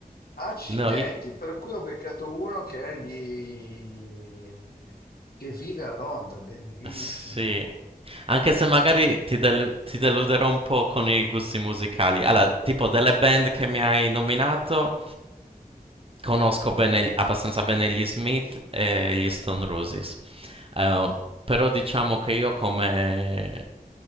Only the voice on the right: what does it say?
No, io,
Sì, anche se magari ti, delu- ti deluderò un po' con i gusti musicali. Allora, tipo delle band che mi hai nominato, conosco bene- abbastanza bene gli Smith e gli Stone Roses. Eh, però diciamo che io come,